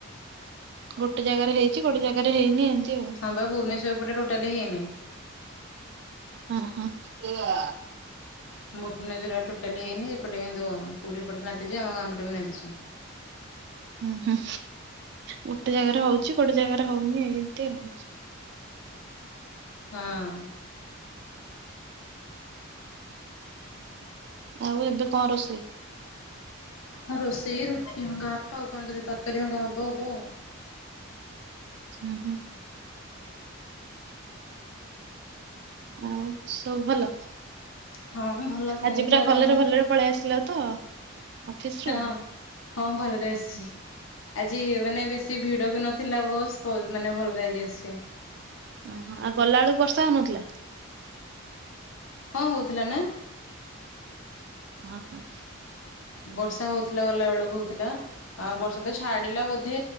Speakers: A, on the right; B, on the left.
A: ଗୋଟେ ଜାଗାରେ ହେଇଚ଼ି ଗୋଟେ ଜାଗାରେ ହେଇନି ଏମତି ଆଉ।
B: ହଁ ବା ଭୁବନେଶ୍ୱର ପଟେ ଟୋଟାଲି <inaudible>
A: ଅଁ ହଁ। <inaudible>
B: ଭୁବନେଶ୍ଵର ଆଡ଼େ ଟୋଟାଲି ହେଇନି ଏପଟେ କିନ୍ତୁ ପୁରୀ ଏପଟେ ନାଦିଚି ଆଉ ଆମ ଗାଁ ପଟେ ବି ନାଦିଚି। <inaudible>
A: ଉୁଁ ହୁଁ ଗୋଟେ ଜାଗାରେ ହଉଚି ଗୋଟେ ଜାଗାରେ ହଉନି ଏମତି ଆଉ।
B: ହଁ।
A: ଆଉ ଏବେ କଁ ରୋଷେଇ?
B: ହ ରୋଷେଇ ରୁଟି ହଙ୍ଗା ଆଉ କଁ ଯଦି ତାକରି ହଙ୍ଗା ହବ ଅବ ଆଉ।
A: ଉୁଁ ହୁଁ। ଆଉ ସବୁ ଭଲ?
B: ହଁ ଭଲ ସେମିତି
A: ଆଜି ପୁରା
B: ଆଉ
A: ଭଲରେ
B: ତମେ
A: ଭଲରେ ପଳେଇ ଆସିଲ ତ? ଅଫିସ ରୁ?
B: ହଁ ହଁ ଭଲରେ ଆସିଚ଼ି। ଆଜି ମାନେ ବେଶୀ ଭିଡ଼ ବି ନଥିଲା ବସ୍ ପ <unintelligible> ମାନେ ଭଲରେ ଆଜି ଆସିଚ଼ି।
A: ଆଁହ ଆଉ ଗଲା ଏଳକୁ ବର୍ଷା ହଉନଥିଲା?
B: ହଁ ହଉଥିଲା ନା।
A: ଅ ହଁ।
B: ବର୍ଷା ହଉଥିଲା ଗଲା ଏଳକୁ ହଉଥିଲା ଆ ବର୍ଷା ତ ଛାଡିଲା ବୋଧେ